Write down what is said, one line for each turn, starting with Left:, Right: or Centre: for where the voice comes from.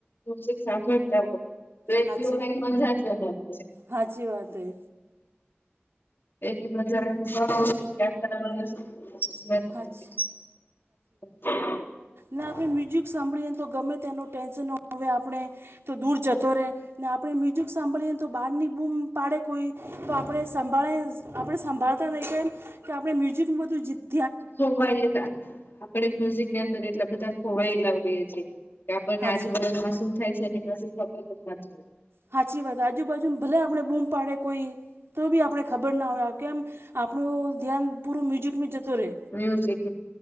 Left: જશ સાંભળતા હોય તો એટલે
Right: હાચી
Left: મજા જ બના છે
Right: હાચી વાત હૈ
Left: એથી બજાર બ
Right: હાચી
Left: <inaudible>
Right: ના આપણે મ્યુઝિક સાંભળીએ તો ગમે તેનો ટેન્શનવે આપણે તો દૂર જતો રહે ને આપણે મ્યુઝિક સાંભળીએને તો બહાર ની બૂમ પાડે કોઈ તો આપે સંભાળે આપણે સંંભાળતા નહીં કે એમ કે આપણે મ્યુઝિકનું બધું જી
Left: ખોવાય આપણે મ્યુઝિકની અંદર એટલા બધા ખોવાયેલા હોઈએ છીએ કે આપણને
Right: હાચી
Left: આજુબાજુમાં શું થાય છે ી ખબર જ વાત
Right: સાાચી વાત આજુબાજુને ભલે આપણે બૂમ પાડે કોઈ તો બી આપણે ખબર ના હોય કેમ આપણું ધ્યાન પૂરું મ્યુઝિકમાં જતો રહે
Left: મ્યુઝિક